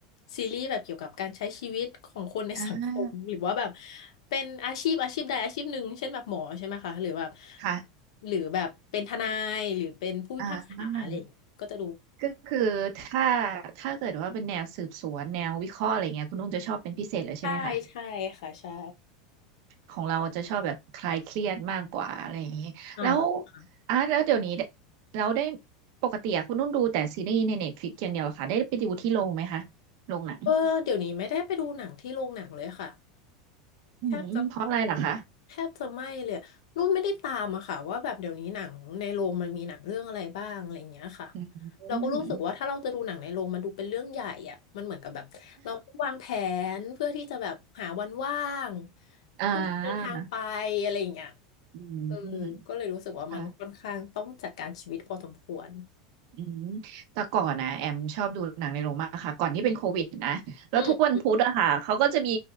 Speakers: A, on the left; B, on the right.
A: ซีรีส์แบบเกี่ยวกับการใช้ชีวิตของคนในสังคมหรือว่าแบบ
B: อ่า
A: เป็นอาชีพอาชีพใดอาชีพหนึ่งเช่นแบบหมอใช่ไหมคะหรือแบบ
B: ค่ะ
A: หรือแบบเป็นทนายหรือเป็นผู้พิพากษาอะไรอย่างเงี้ยก็จะดู
B: อ่านั่นมันก็คือถ้าถ้าเกิดว่าเป็นแนวสืบสวนแนววิเคราะห์อะไรเงี้ยคุณนุ่งจะชอบเป็นพิเศษเลยใช่ไหมคะ
A: ใช่ใช่ค่ะใช่
B: ของเราจะชอบแบบคลายเครียดมากกว่าอะไรอย่างนี้แล้ว
A: อ่า
B: อาร์ตแล้วเดี๋ยวนี้เราได้ปกติอะคุณนุ่นดูแต่ซีรีส์ในเน็ตฟลิกอย่างเดียวเหรอคะได้ไปดูที่โรงไหมคะโรงหนัง
A: เออเดี๋ยวนี้ไม่ได้ไปดูหนังที่โรงหนังเลยค่ะ
B: อืมเพราะอะไรเหรอคะ
A: แทบจะ แทบจะไม่เลยอะนุ่นไม่ได้ตามอะค่ะว่าแบบเดี๋ยวนี้หนังในโรงมันมีหนังเรื่องอะไรบ้างอะไรอย่างเงี้ยค่ะ
B: อื
A: เราก็รู้สึกว่าถ้าเราจะดูหนังในโรงมันดูเป็นเรื่องใหญ่อะมันเหมือนกับแบบเราต้องวางแผ
B: ม
A: นเพื่อที่จะแบบหาวันว่าง
B: อ่า
A: เพื่อที่จะเดินทางไปอะไรอย่างเงี้ย
B: อื
A: เออ
B: ม
A: ก็เลยรู้สึกว่ามันค่อนข้างต้องจัดการชีวิตพอสมควร
B: ค่ะ อืมแต่ก่อนนะแอมชอบดูหนังในโรงมากค่ะก่อนที่เป็นโควิดนะแล้วทุกวันพุธอะค่ะเขาก็จะมี
A: อืม